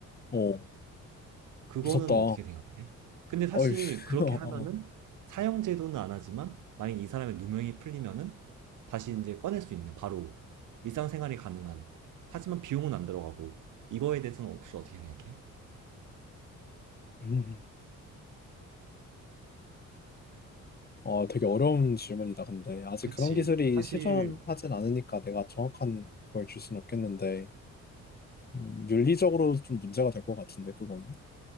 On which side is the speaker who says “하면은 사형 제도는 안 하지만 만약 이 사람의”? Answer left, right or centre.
Right